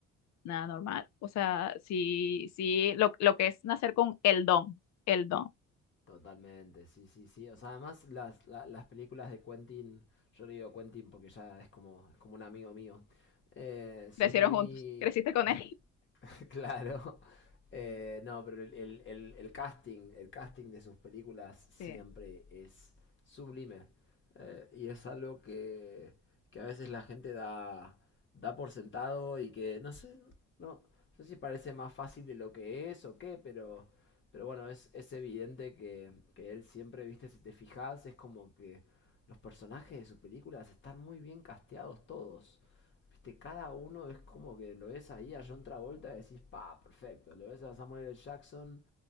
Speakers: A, on the left (about 65°); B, on the left (about 40°).
A: Nada normal. O sea, sí, sí, lo, lo que es nacer con el don, el don.
B: Totalmente, sí, sí, sí. O sea, además las, la- las películas de Quentin, yo le digo Quentin porque ya es como, es como un amigo mío, eh, son
A: Crecieron
B: muy,
A: juntos, <laughs> creciste con él.
B: <laughs> claro. Eh, no, pero el, el- el- el casting, el casting de sus películas siempre
A: Sí,
B: es sublime. Eh, y es algo que, que a veces la gente da, da por sentado y que no sé, no, no sé si parece más fácil de lo que es o qué, pero, pero bueno, es, es evidente que, que él siempre, viste, si te fijas, es como que los personajes de sus películas están muy bien casteados todos. Viste, cada uno es como que lo ves ahí a John Travolta y decís, pa, perfecto. Lo ves a Samuel L. Jackson